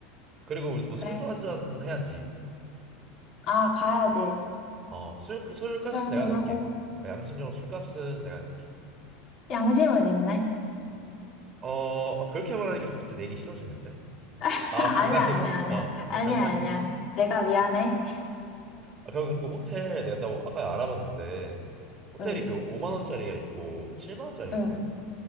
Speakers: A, on the right (about 35°); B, on the left (about 45°).
A: 그리고 우리 뭐
B: 그래.
A: 술도 한 잔 해야지.
B: 아, 가야지.
A: 어, 술 술값은
B: 술 한잔하고.
A: 내가 낼게. 그러니까 양심적으로 술값은 내가 낼게.
B: 양심은 있네.
A: 어, 아, 그렇게 말하니까 좀 갑자기 내기 싫어지는데?
B: <laughs>
A: 아, 장난이야.
B: 아니야, 아니야,
A: 장-
B: 아니야.
A: 어,
B: 아니야,
A: 장난.
B: 아니야. 내가 미안해.
A: 아, 그럼 그 호텔 내가 또 아까 알아봤는데 호텔이
B: 응,
A: 그 5만 원짜리가 있고 7만 원짜리가
B: 응,
A: 있거든.